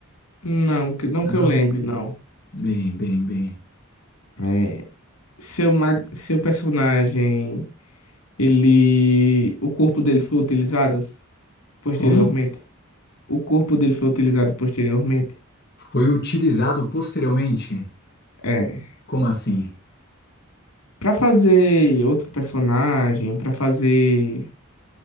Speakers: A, on the left; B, on the left.
A: não, que- não
B: Não.
A: que eu lembre, não.
B: Bem, bem, bem.
A: É, seu, mag- seu personagem, ele, o corpo dele foi utilizado posteriormente?
B: Como?
A: O corpo dele foi utilizado posteriormente?
B: Foi utilizado posteriormente?
A: É.
B: Como assim?
A: Pra fazer outro personagem, pra fazer